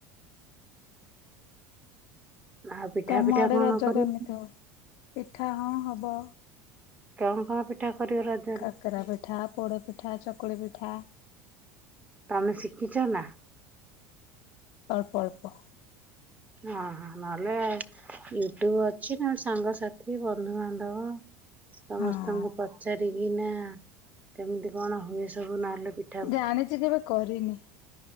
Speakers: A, on the right; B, on the left.
A: ଆଉ ପିଠା
B: ତମ
A: ଫିଠା
B: ଆଡେ
A: କଣ
B: ରଜ
A: କରିବ
B: କେମିତି ହୁଏ? ପିଠା ହଁ ହବ।
A: କେଉଁ ପ୍ରକାର ପିଠା କରିବ ରଜ।
B: କାକରା ପିଠା ପୋଡ଼ପିଠା ଚକୁଳି ପିଠା।
A: ତମେ ଶିଖିଛ ନା?
B: ଅଳ୍ପ ଅଳ୍ପ।
A: ଓ ହ ନହେଲେ। ୟୁଟୁବ ଅଛି ନହେଲେ ସାଙ୍ଗସାଥି ବନ୍ଧୁବାନ୍ଧବ। ସମସ୍ତଙ୍କୁ
B: ହଁ
A: ପଚାରିକି ନା କେମିତି କଣ ହୁଏ ସବୁ ନହେଲେ ପିଠ
B: ଜାଣିଛି କେବେ କରିନି।